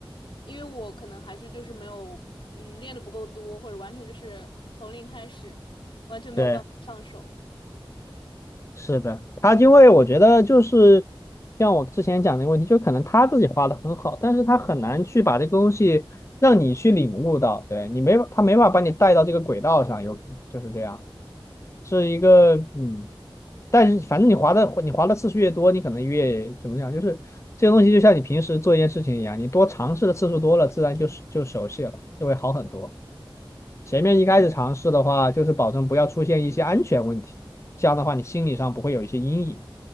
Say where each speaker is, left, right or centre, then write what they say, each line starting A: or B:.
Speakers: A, on the left; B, on the left.
A: 因为我可能还是就是没有嗯练的不够多，或者完全就是从零开始，完全没有办法上手。
B: 对。是的，他因为我觉得就是像我之前讲的一个问题，就可能他自己画的很好，但是他很难去把这个东西让你去领悟到，对你没法他没法把你带到这个轨道上，有可能就是这样，是一个嗯，但是反正你划的你划的次数越多，你可能越怎么讲，就是这个东西就像你平时做一件事情一样，你多尝试的次数多了，自然就就熟悉了，就会好很多。前面一开始尝试的话，就是保证不要出现一些安全问题，这样的话你心理上不会有一些阴影，